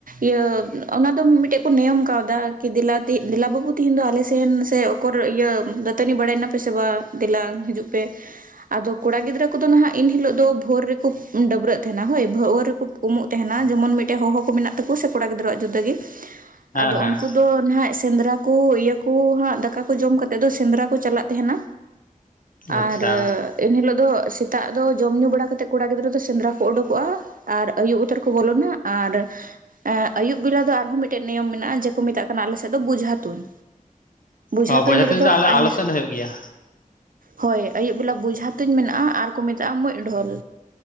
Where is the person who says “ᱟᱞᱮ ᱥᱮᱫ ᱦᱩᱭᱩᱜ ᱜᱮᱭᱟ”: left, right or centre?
Left